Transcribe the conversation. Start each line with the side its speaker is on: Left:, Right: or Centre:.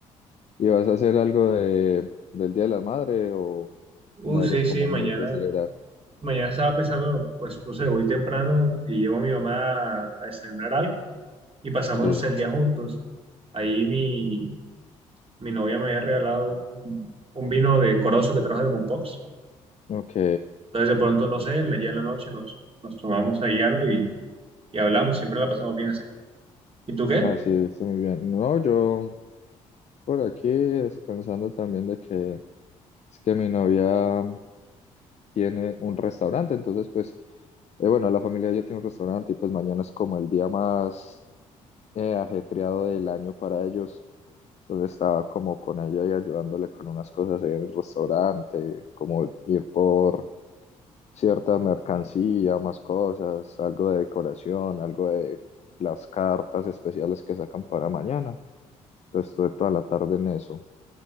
Left: ¿Y vas a hacer algo de, del Día de la Madre o
Right: Uh,
Left: no
Right: sí,
Left: eres
Right: sí,
Left: como
Right: mañana,
Left: muy de celebrar?
Right: mañana estaba pensando, pues no sé, voy temprano y llevo a mi mamá a, a desayunar algo y pasamos,
Left: Sí.
Right: no sé, el día juntos. Ahí mi, mi novia me había regalado un, un vino de Corozo que trajo de Mompox.
Left: Ok.
Right: Entonces de pronto, no sé, en- la- ya en la noche nos, nos tomamos ahí algo y, y hablamos, siempre la pasamos bien así. ¿Y tú qué?
Left: Así está muy bien. No, yo por aquí descansando también de que es que mi novia tiene un restaurante. Entonces, pues, eh, bueno, la familia ya tiene un restaurante y pues mañana es como el día más. eh, ajetreado del año para ellos. Entonces estaba como con ella y ayudándole con unas cosas ahí en el restaurante, como ir por cierta mercancía, más cosas, algo de decoración, algo de las cartas especiales que sacan para mañana. Pues estuve toda la tarde en eso.